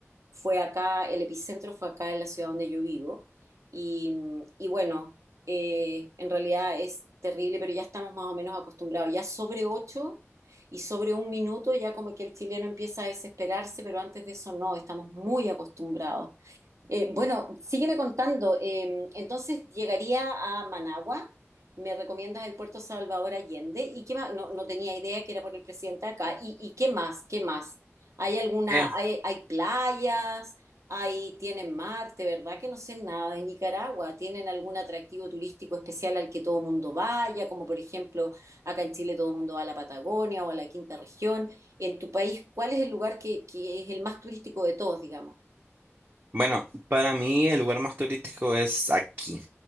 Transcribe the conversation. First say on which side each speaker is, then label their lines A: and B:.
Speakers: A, on the right; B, on the right.
A: fue acá, el epicentro fue acá en la ciudad donde yo vivo. Y, y bueno, eh, en realidad es terrible, pero ya estamos más o menos acostumbrados. Ya sobre ocho y sobre un minuto ya como que el chileno empieza a desesperarse, pero antes de eso no, estamos muy acostumbrados. Eh, bueno, sígueme contando. eh, entonces llegaría a Managua. Me recomiendas el puerto Salvador Allende. ¿Y qué más? No, no tenía idea que era por el presidente acá. ¿Y, y qué más? ¿Qué más? ¿Hay alguna,
B: Eh,
A: hay, hay playas? ¿Hay, tienen mar? De verdad que no sé nada de Nicaragua. ¿Tienen algún atractivo turístico especial al que todo el mundo vaya? Como por ejemplo, acá en Chile todo el mundo va a la Patagonia o a la Quinta Región. En tu país, ¿cuál es el lugar que, que es el más turístico de todos, digamos?
B: Bueno, para mí el lugar más turístico es aquí,